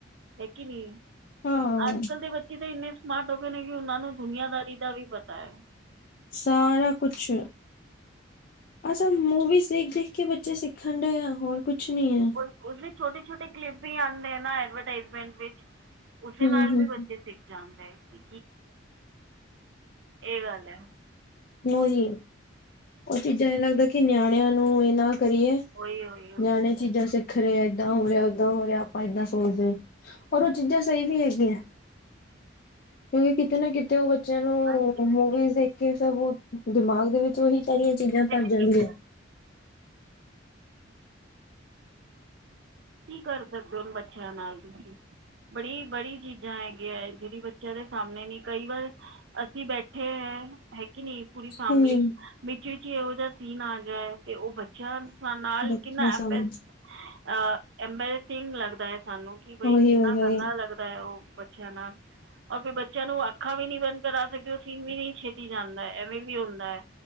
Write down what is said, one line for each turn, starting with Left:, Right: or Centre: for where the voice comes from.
Right: ਹੈਕੀ ਨੀ।
Left: ਹਾਂ
Right: ਅੱਜ-ਕੱਲ ਦੇ ਬੱਚੇ ਤਾਂ ਇੰਨੇ ਸਮਾਰਟ ਹੋ ਗਏ ਨੇ ਕਿ ਓਨਾਂ ਨੂੰ ਦੁਨੀਆਂਦਾਰੀ ਦਾ ਵੀ ਪਤਾ ਐ।
Left: ਸਾਰਾ ਕੁਛ। ਅਸਲ ਮੂਵੀਜ਼ ਦੇਖ, ਦੇਖ ਕੇ ਬੱਚੇ ਸਿੱਖਣ ਡਏ ਆ ਹੋਰ ਕੁਛ ਨੀ ਐ।
Right: ਉਹ ਉਸਦੇ ਛੋਟੇ, ਛੋਟੇ ਕਲਿੱਪ ਵੀ ਆਂਦੇ ਐ ਨਾ ਐਡਵਰਟਾਈਜ਼ਮੈਂਟ ਵਿਚ। ਉਸਦੇ
Left: ਹਮ
Right: ਨਾਲ
Left: ਹਮ
Right: ਵੀ ਬੱਚੇ ਸਿੱਖ ਜਾਂਦੇ ਐ ਕਿ ਏ ਗੱਲ ਐ।
Left: ਨੋ ਜੀ ਓ ਚੀਜਾਂ ਏ ਲੱਗਦਾ ਕਿ ਨਿਆਣੇਆਂ ਨੂੰ ਏਨਾਂ ਕਰੀਏ
Right: ਉਹੀ ਉਹੀ ਉਹੀ
Left: ਨਿਆਣੇ ਚੀਜਾਂ ਸਿੱਖ ਰੇ ਏਦਾਂ ਹੋ ਰੇਆ, ਓਦਾਂ ਹੋ ਰੇਆ ਆਪਾਂ ਏਦਾਂ ਸੋਚਦੇ ਆਂ। ਔਰ ਓ ਚੀਜਾਂ ਸਈ ਵੀ ਹੈਗੀਆਂ। ਫਿਰ ਵੀ ਕਿਤੇ ਨਾ ਕਿਤ ਤੇ ਓ ਬੱਚੇਆਂ ਨੂੰ
Right: ਹਾਂਜੀ ਉਹ
Left: ਮੂਵੀਜ਼ ਦੇਖ ਕੇ ਸਭ ਓ ਦਿਮਾਗ ਦੇ ਵਿੱਚ ਓਹੀ ਸਾਰੀਆਂ ਚੀਜਾਂ
Right: ਤਾਂ
Left: ਭਰ
Right: ਹੈਗੀ
Left: ਜਾਂਦੀਐ।
Right: ਹੈ ਕੀ ਕਰ ਸਕਦੇ ਓ ਹੁਣ ਬੱਚੇਆਂ ਨਾਲ ਤੁਸੀ। ਬੜੀ, ਬੜੀ ਚੀਜਾਂ ਹੈਗੀਆਂ ਜੇੜੀ ਬੱਚੇਆਂ ਦੇ ਸਾਮਣੇ ਨੀ ਕਈ ਵਾਰ ਅਸੀ ਬੈਠੇ ਐ ਹੈਕੀ ਨੀ ਪੂਰੀ ਫੈਮਲੀ
Left: ਹਮ
Right: ਵਿੱਚ, ਵਿਚ ਏਹੋ ਜਾ ਸੀਨ ਆ ਜਾਏ ਤੇ ਓ ਬੱਚੇਆਂ ਨਾਲ
Left: ਬੱਚਿਆਂ
Right: ਕਿੰਨਾ
Left: ਸਾਹਮਣੇ
Right: ਏਮਬ ਅ ਐਂਬੈਰੇਸਿੰਗ ਲੱਗਦਾ ਐ ਸਾਨੂੰ ਕਿ ਬਈ
Left: ਉਹੀ
Right: ਕਿੰਨਾ
Left: ਉਹੀ ਉਹੀ
Right: ਗੰਦਾ ਲੱਗਦਾ ਐ ਓ ਬ ਬੱਚੇਆਂ ਨਾਲ ਔਰ ਫਿਰ ਬੱਚੇਆਂ ਨੂੰ ਅੱਖਾ ਵੀ ਨੀ ਬੰਦ ਕਰਾ ਸਕਦੇ ਓ ਸੀਨ ਵੀ ਨੀ ਛੇਤੀ ਜਾਂਦਾ। ਐਵੇਂ ਵੀ ਹੁੰਦਾ ਐ।